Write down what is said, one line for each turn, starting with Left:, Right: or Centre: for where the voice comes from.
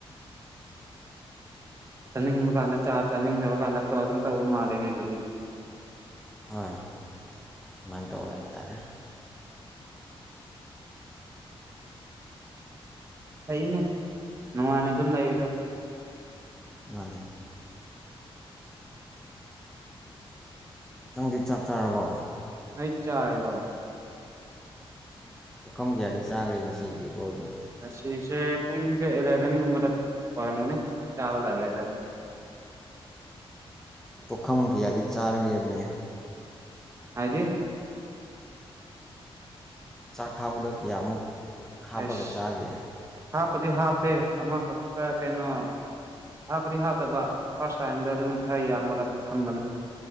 Right: ꯆꯅꯤꯡ ꯃꯕꯒꯥꯟꯅ ꯆꯅꯤꯡꯤꯡ ꯅ ꯌꯕꯒꯥꯟꯅꯠꯇꯣ ꯑꯗꯨꯟ ꯎꯨꯝꯃ ꯃꯥꯗꯦꯅꯦ ꯑꯗꯨꯗꯤ
Centre: ꯍꯣꯏ ꯑꯗꯨꯃꯥꯏꯅ ꯇꯧꯔꯦ ꯍꯥꯏꯇꯥꯔꯦ
Right: ꯐꯩꯅꯦ ꯅꯨꯡꯉꯥꯏꯅ ꯑꯗꯨꯝ ꯂꯩꯒꯗꯕꯅꯤ
Centre: ꯃꯥꯥꯡꯉ ꯅꯪꯗꯤ ꯆꯥꯛ ꯆꯥꯔꯕꯣ
Right: ꯑꯩꯗꯤ ꯆꯥꯔꯦꯕ
Centre: ꯄꯨꯈꯝ ꯀꯌꯥꯗꯤ ꯆꯥꯈ꯭ꯔꯦ ꯉꯁꯤꯒꯤ ꯕ꯭ꯔꯣꯗꯤ
Right: ꯑꯁꯤꯁꯦ ꯄꯨꯡꯁꯦ ꯑꯦꯂꯚꯦꯟꯒꯨꯝꯕꯗ ꯑꯣꯏꯔꯝꯒꯅꯤ ꯆꯥꯕ ꯂꯔꯦ
Centre: ꯄꯨꯣꯛꯈꯝ ꯀꯌꯥꯗꯤ ꯆꯥꯔꯒꯦꯕꯅꯦ
Right: ꯍꯥꯏꯗꯤ
Centre: ꯆꯥꯛ ꯈꯥꯕꯗ ꯀꯌꯥꯃꯨꯛ ꯍꯥꯞꯄꯒ
Right: ꯑꯩꯁ
Centre: ꯆꯥꯒꯦ
Right: ꯍꯥꯞꯄꯨꯗꯤ ꯍꯥꯞꯇꯦ ꯑꯃꯈꯛꯇ ꯀꯩꯅꯣ ꯍꯥꯞꯄꯗꯤ ꯍꯥꯞꯇꯕ ꯐꯥꯔꯁ ꯇꯥꯏꯝꯗ ꯑꯗꯨꯝ ꯈꯔ ꯌꯥꯝꯃꯒ ꯊꯝꯕꯅꯤ